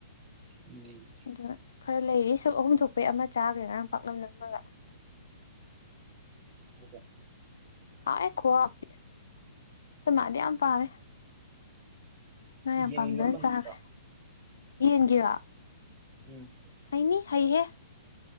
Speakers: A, on the right (about 20°); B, on the left (about 60°).
A: ꯎꯝ
B: ꯑꯗꯨꯒ ꯈꯔ ꯂꯩꯔꯤ ꯁ ꯑꯍꯨꯝ ꯊꯣꯛꯄꯩ ꯑꯃ ꯆꯥꯈ꯭ꯔꯦ ꯉꯔꯥꯡ ꯄꯥꯛꯅꯝ ꯅꯪꯃꯒ
A: <unintelligible>
B: ꯍꯥꯎꯋꯦ ꯈꯨꯋꯦꯗꯤ ꯑꯩꯈꯣꯏ ꯃꯥꯗꯤ ꯌꯥꯝ ꯄꯝ ꯉꯥ ꯌꯥꯝ
A: ꯌꯦꯟꯒꯤ
B: ꯄꯥꯝꯖꯅ
A: ꯅꯝꯕ
B: ꯆꯥꯈ꯭ꯔꯦ
A: ꯍꯩꯒꯗ꯭ꯔꯣ
B: ꯌꯦꯟꯒꯤꯔ
A: ꯎꯝ
B: ꯑꯩꯅꯤ ꯍꯩꯍꯦ